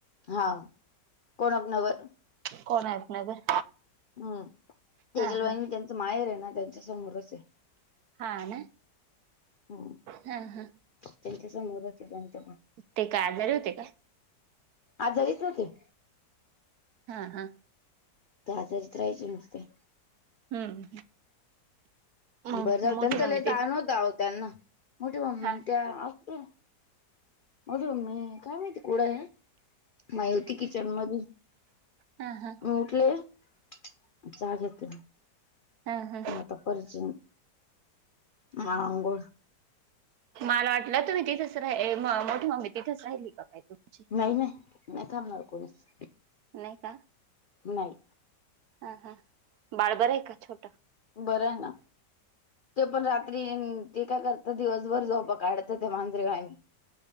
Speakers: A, on the left (about 80°); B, on the right (about 70°).
A: हा कोणाक वर
B: कोणार्क नगर
A: हम्म तेजल
B: हा
A: वहिनी
B: हा
A: त्यांचं माहेर आहे ना त्यांच्या समोरच आहे.
B: हा ना?
A: हो
B: हा हा
A: त्यांच्या समोरच आहे त्यांच्या पण.
B: ते काय आजारी होते काय?
A: आजारीच होते.
B: हा हा.
A: दहा तर करायचे नुसते.
B: हम्म. मग
A: बरं झालं.
B: मोठी
A: त्यांच
B: मम्मी
A: लय
B: ती
A: ताळ न्हवता अहो त्यांना. मोठी मम्मी
B: हा
A: आणि त्या असते. माझी मम्मी काय माहिती कुठं हाय. माहिती किचनमधी
B: हा हा.
A: उठले, चहा घेतला.
B: हा हा.
A: आता परत <unintelligible> मग अंघोळ
B: मला वाटलं तुम्ही तिथेच राहि- ए म-मोठी मम्मी तिथेच राहिली का काय तुमची.
A: नाही नाही. नाही थांबणार कोणीच.
B: नाही का?
A: नाही
B: हा हा. बाळ बरं आहे का छोटं?
A: बरं आहे ना. ते पण रात्री ते काय करतात दिवसभर झोपा काढतं त्या मांजरेवायाने